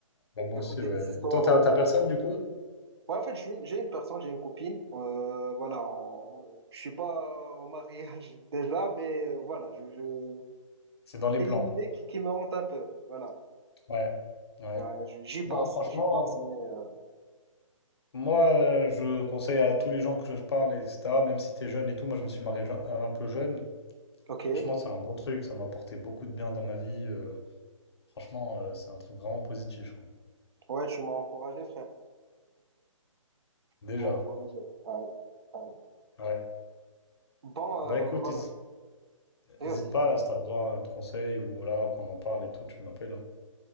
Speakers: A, on the left; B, on the right.
A: bah, moi
B: Écouter
A: aussi, ouais.
B: des histoires.
A: Et toi, t'as
B: de-
A: t'as
B: de-
A: personne du coup?
B: Ouais, en fait, j'ai j'ai une personne, j'ai une copine. Euh, voilà, on- je suis pas au mariage <laughs> déjà, mais euh, voilà, je, je...
A: C'est dans les
B: c'est
A: plans.
B: une idée qui, qui me hante un peu. Voilà,
A: Ouais, ouais.
B: Ouais, je- j'y pense,
A: Non, franchement.
B: j'y pense, mais euh,
A: Moi, euh, je conseille à tous les gens que je parle, etc., même si t'es jeune et tout, moi je me suis marié je- euh, un peu jeune.
B: ok.
A: Franchement, c'est un bon truc, ça m'a apporté beaucoup de bien dans ma vie. euh, franchement, euh, c'est un truc vraiment positif. hein.
B: Ouais, tu m'as encouragé, frère.
A: Déjà.
B: Tu m'as encouragé. Ouais, ouais.
A: Ouais.
B: Bon, euh,
A: Bah écoute,
B: voilà. Et
A: n'hésite
B: vas-y.
A: pas là, si t'as besoin de conseils ou là, qu'on en parle et tout, tu m'appelles. hein.